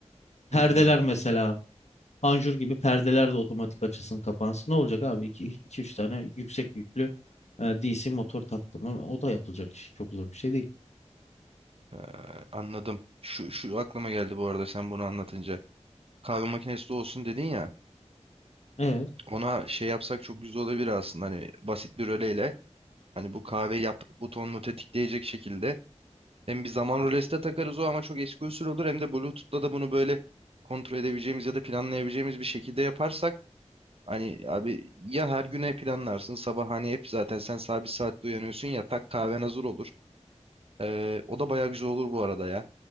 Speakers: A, on the left (about 70°); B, on the right (about 55°).
A: Perdeler
B: Hmm.
A: mesela. Panjur gibi perdeler de otomatik açılsın kapansın. Ne olacak abi? iki üç tane yüksek yüklü e, DC motor taktım. O da yapılacak iş. Çok zor bir şey değil.
B: Ee, anladım. Şu, şu aklıma geldi bu arada sen bunu anlatınca. Kahve makinesi de olsun dedin ya.
A: Evet.
B: Ona şey yapsak çok güzel olabilir aslında. Hani basit bir röleyle. Hani bu kahve yap butonunu tetikleyecek şekilde. Hem bir zaman rölesi de takarız o ama çok eski usul olur. Hem de Bluetooth'ta da bunu böyle kontrol edebileceğimiz ya da planlayabileceğimiz bir şekilde yaparsak. Hani abi ya her güne planlarsın. Sabah hani hep zaten sen sabit saatte uyanıyorsun ya tak kahven hazır olur. Ee, o da bayağı güzel olur bu arada ya.